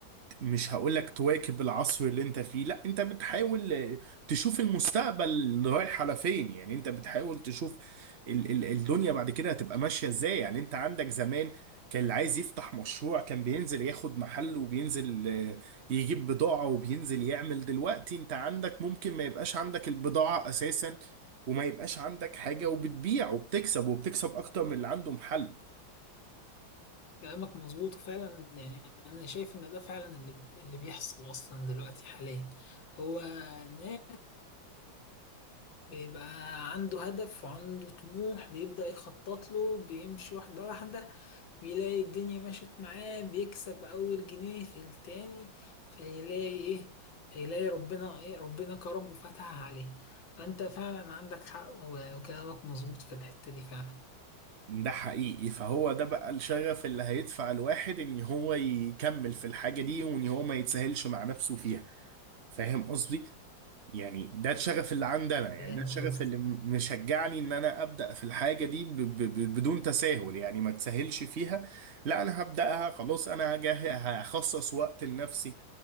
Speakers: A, on the right; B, on the left.
A: مش هقولك تواكب العصر اللي انت فيه لا انت بتحاول آه، تشوف المستقبل رايح على فين يعني انت بتحاول تشوف ال ال الدنيا بعد كده هتبقى ماشية ازاي يعني انت عندك زمان كان اللي عايز يفتح مشروع كان بينزل ياخد محل وبينزل آه، يجيب بضاعة وبينزل يعمل دلوقتي انت عندك ممكن ما يبقاش عندك البضاعة اساسا وما يبقاش عندك حاجة وبتبيع وبتكسب وبتكسب اكتر من اللي عنده محل
B: كلامك مظبوط فعلا يعني انا شايف ان ده فعلا اللي اللي بيحصل اصلا دلوقتي حاليا هو الناس بيبقى عنده هدف وعنده طموح بيبدأ يخطط له بيمشي واحدة واحدة بيلاقي الدنيا مشيت معاه بيكسب أول جنيه في التاني فيلاقي إيه فيلاقي ربنا إيه ربنا كرمه وفتح عليه فأنت فعلا عندك حق و- وكلامك مظبوط في الحتة دي فعلا
A: ده حقيقي فهو ده بقى الشغف اللي هيدفع الواحد ان هو يكمل في الحاجة دي وان هو ما يتساهلش مع نفسه فيها فاهم قصدي؟ يعني ده الشغف اللي عندنا يعني
B: فاهم
A: ده الشغف
B: قصدك
A: اللي م- مشجعني ان انا ابدأ في الحاجة دي ب ب ب بدون تساهل يعني ما تساهلش فيها لا انا هبدأها خلاص انا هجه- هخصص وقت لنفسي